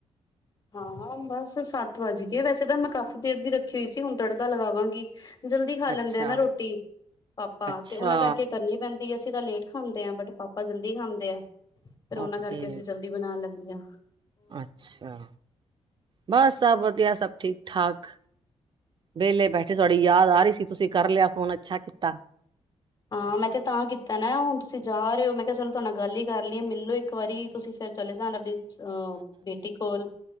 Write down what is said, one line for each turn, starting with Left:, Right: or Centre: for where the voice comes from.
Left: ਹਾਂ ਬਸ ਸੱਤ ਵੱਜਗੇ, ਵੈਸੇ ਤਾਂ ਮੈਂ ਕਾਫ਼ੀ ਦੇਰ ਦੀ ਰੱਖੀ ਹੋਈ ਸੀ, ਹੁਣ ਤੜਕਾ ਲਗਾਵਾਂਗੀ। ਜਲਦੀ ਖਾ ਲੈਂਦੇ
Right: ਅੱਛਾ
Left: ਆ ਨਾ ਰੋਟੀ ਪਾਪਾ
Right: ਅੱਛਾ
Left: ਤੇ ਉਹਨਾਂ ਕਰਕੇ ਕਰਨੀ ਪੈਂਦੀ ਨਹੀ ਅਸੀਂ ਤਾਂ ਲੇਟ ਖਾਂਦੇ ਹਾਂ, ਬਟ ਪਾਪਾ ਜਲਦੀ ਖਾਂਦੇ ਆ, ਫਿਰ ਉਹਨਾ
Right: ਓਕੇ
Left: ਕਰਕੇ ਅਸੀਂ ਜਲਦੀ ਬਣਾ ਲੈਂਦੀਆ
Right: ਅੱਛਾ, ਬਸ ਸਭ ਵਧੀਆ, ਸਭ ਠੀਕ -ਠਾਕ ਵਿਹਲੇ ਬੈਠੇ ਤੁਹਾਡੀ ਯਾਦ ਆ ਰਹੀ ਸੀ ਤੁਸੀਂ ਕਰ ਲਿਆ ਫੋਨ ਅੱਛਾ ਕੀਤਾ ਏ
Left: ਹਾਂ ਮੈਂ ਤੇ ਤਾਂ ਕੀਤਾ ਨਾ ਹੁਣ ਤੁਸੀਂ ਜਾ ਰਹੇ ਹੋ ਮੈਂ ਕਿਹਾ ਚਲੋ ਤੁਹਾਡੇ ਨਾਲ ਗੱਲ ਹੀ ਕਰ ਲਈਏ ਮਿਲ ਲਓ ਇੱਕ ਵਾਰੀ ਤੁਸੀਂ ਫੇਰ ਚਲੇ ਜਾਣਾ ਡੀਪਸ ਅ ਬੇਟੀ ਕੋਲ